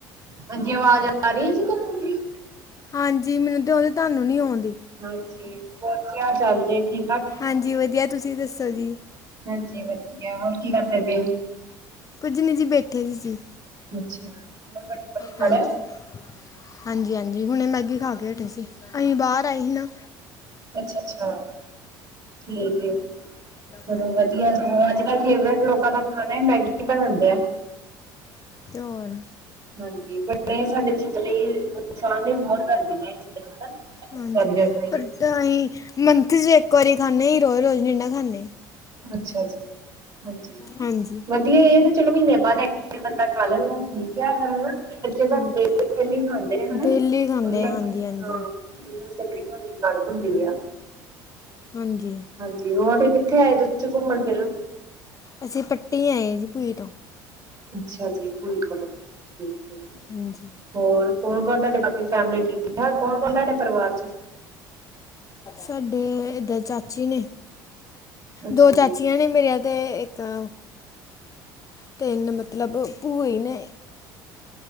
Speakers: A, on the right; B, on the left.
A: ਹਾਂਜੀ ਆਵਾਜ਼ ਆ ਰੀ ਆ ਜੀ ਤੁਹਾਨੂੰ ਮੇਰੀ?
B: ਹਾਂਜੀ ਮੈਨੂੰ 'ਤੇ ਆਂਦੀ ਤੁਹਾਨੂੰ ਨੀ ਆਉਂਦੀ।
A: ਹਾਂਜੀ ਹੋਰ ਕੀ ਹਾਲ-ਚਾਲ ਜੇ ਠੀ?
B: ਹਾਂਜੀ ਵਧੀਆ ਤੁਸੀਂ ਦੱਸੋ ਜੀ?
A: ਹਾਂਜੀ, ਵਧੀਆ ਹੋਰ ਕੀ ਕਰਦੇ ਪੇ ਹੀ?
B: ਕੁੱਝ ਨੀ ਜੀ ਬੈਠੇ ਈ ਸੀ।
A: ਅੱਛਾ! ਰੋਟੀ ਪਾਣੀ ਖਾ
B: ਹਾਂਜੀ,
A: ਲਿਆ?
B: ਹਾਂਜੀ-ਹਾਂਜੀ ਹੁਨੇ ਮੈਗੀ ਖਾ ਕੇ ਹਟੇ ਸੀ। ਅਹੀ ਬਾਰ ਆਏ ਹੀ ਨਾ‌।
A: ਅੱਛਾ-ਅੱਛਾ, ਠੀਕ ਏ ਚਲੋ
B: ਹਾਂਜੀ
A: ਵਧੀਆ ਅੱਜ-ਕਲ ਫੇਵਰੇਟ ਲੋਕਾਂ ਦਾ ਖਾਣਾ ਮੈਗੀ ਬਣਨ ਦੇਆ।
B: ਤੇ ਹੋਰ।
A: ਹਾਂਜੀ, ਬਨੇ ਸਾਡੇ ਚੀਜ਼ ਲਈ ਨੁਕਸਾਨ ਏ ਬੋਤ ਕਰਦੀਆਂ ਇਹ ਚੀਜ਼ਾਂ ਹਨਾ।
B: ਹਾਂਜੀ,
A: ਜ਼ਿਆਦੀਆਂ ਖਾਈਏ
B: ਪਰ ਅਹੀ ਮੰਥ 'ਚ ਇੱਕ ਵਾਰੀ ਖਾਂਨੇ ਈ ਰੋਜ਼-ਰੋਜ ਨੀ ਨਾ ਖਾਂ ਨੇ।
A: ਅੱਛਾ ਜੀ, ਹਾਂਜੀ
B: ਹਾਂਜੀ
A: ਵ ਜੀ ਇਹ ਤੇ ਚਲੋ ਬੀ ਮੀਨੇ ਬਾਅਦ ਇਕ ਵਾਰੀ ਬੰਦਾ ਖਾ ਲੈਦਾ ਠੀਕ ਐ ਅਗਰ ਹਨਾ ਬੱਚੇ ਤਾਂ
B: ਹਾਂਜੀ,
A: ਡੇਲੀ-ਡੇਲੀ ਖਾਂਦੇ ਨੇ ਹਨਾ
B: ਡੇਲੀ ਖਾਂਦੇ
A: ਉਨਾ, ਹਾਂ।
B: ਹਾਂਜੀ ਹਾਂਜੀ
A: <inaudible> ਗ੍ਰੀਨ ਵਾਲੀ ਘਰ ਖੁੰਦੀ ਆ।
B: ਹਾਂਜੀ।
A: ਹਾਂਜੀ, ਹੋਰ ਫੇਰ ਕਿੱਥੇ ਆਏ ਤੁਸੀਂ ਘੁੰਮਨ-ਫਿਰਨ?
B: ਅਸੀਂ ਪੱਟੀ ਆਏ ਆ ਜੀ ਪੂਈ ਤੋਂ।
A: ਅੱਛਾ, ਜੀ ਪੂਈ ਕੋਲੋ ਠੀਕ ਐ ਜੀ।
B: ਹਾਂਜੀ
A: ਹੋਰ ਕੌਣ-ਕੌਣ ਤੁਹਾਡੀ ਬਾਕੀ ਫੈਮਲੀ ਠੀਕ-ਠਾਕ ਕੌਣ-ਕੌਣ ਤੁਹਾਡੇ ਪਰਿਵਾਰ 'ਚ?
B: ਸਾਡੇ ਏਧਰ ਚਾਚੇ ਨੇ
A: ਅੱਛਾ
B: ਦੋ ਚਾਚੀਆਂ
A: ਜੀ,
B: ਨੇ ਮੇਰੀਆਂ ਤੇ ਇੱ ਕ, ਤਿੰਨ ਮਤਲਬ ਪਈ ਨੇ।